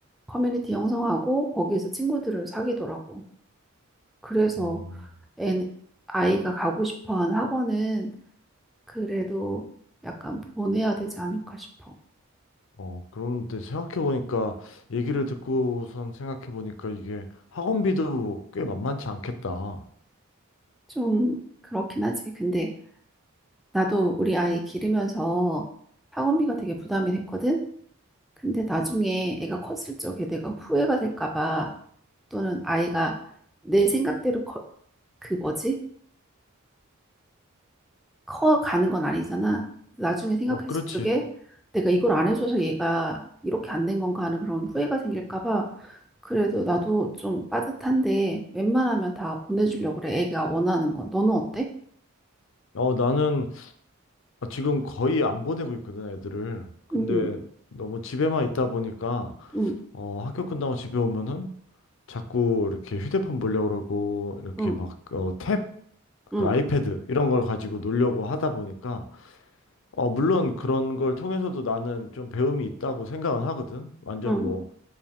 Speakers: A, in the centre; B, on the left (about 65°).
A: 커뮤니티 형성하고 거기에서 친구들을 사귀더라고. 그래서
B: 음.
A: 애 아이가 가고 싶어하는 학원은 그래도 약간 보내야 되지 않을까 싶어.
B: 어, 그런데 생각해보니까 얘기를 듣고선 생각해보니까 이게 학원비도 꽤 만만치 않겠다.
A: 좀 그렇긴 하지. 근데 나도 우리 아이 기르면서 학원비가 되게 부담이 됐거든. 근데 나중에 애가 컸을 적에 내가 후회가 될까 봐 또는 아이가 내 생각대로 커, 그 뭐지? 커 가는 건 아니잖아. 나중에 생각했을
B: 어, 그렇지.
A: 적에 내가 이걸 안 해줘서 얘가 이렇게 안 된 건가 하는 그런 후회가 생길까 봐 그래도 나도 좀 빠듯한데 웬만하면 다 보내주려고 그래. 애가 원하는 건. 너는 어때?
B: 어, 나는 아, 지금 거의 안 보내고 있거든, 애들을. 근데
A: 음,
B: 너무 집에만 있다 보니까,
A: 음,
B: 어, 학교 끝나고 집에 오면은 자꾸 이렇게 휴대폰 보려고 그러고, 이렇게
A: 음,
B: 막, 어, 탭,
A: 음,
B: 그 아이패드, 이런 걸 가지고 놀려고 하다 보니까, 어, 물론 그런 걸 통해서도 나는 좀 배움이 있다고 생각은 하거든. 완전
A: 음.
B: 뭐,